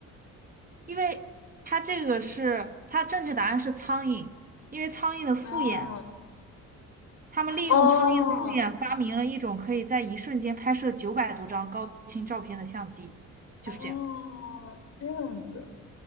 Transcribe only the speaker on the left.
啊，
哦
哦，是这样子，